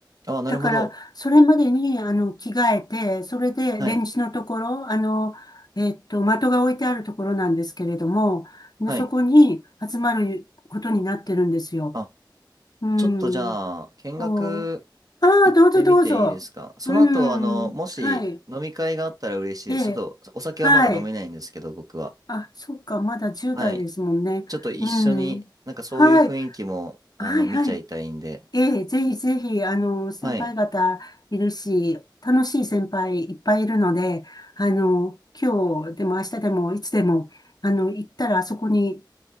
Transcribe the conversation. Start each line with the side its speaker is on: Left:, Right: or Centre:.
Right: あ、なるほど。
Left: だから、それまでに、あの、着替えて、それで、
Right: はい、
Left: レンジのところ、あの、えっと、的が置いてあるところなんですけれども、
Right: はい。
Left: そこに集まることになってるんですよ。
Right: あ、
Left: うん。
Right: ちょっとじゃあ、見学
Left: そうああ、
Right: 行ってみていいですかその後、
Left: どうぞどうぞ。うん。
Right: あの、もし飲み会があったら嬉しいです。
Left: はい。ええ。
Right: ちょっとお酒はまだ飲めないんですけど、
Left: はい。
Right: 僕は。
Left: あ、そっか、まだ10代ですもんね。
Right: はい。ちょっと一緒に、
Left: うん。
Right: なんかそういう雰囲気も、
Left: はい。
Right: あの、
Left: はい、
Right: 見ちゃいたいんで。
Left: はい。ええ、ぜひぜひ、あの、先輩方いるし、
Right: はい。
Left: 楽しい先輩いっぱいいるので、あの、今日でも明日でもいつでも、あの、行ったらあそこに、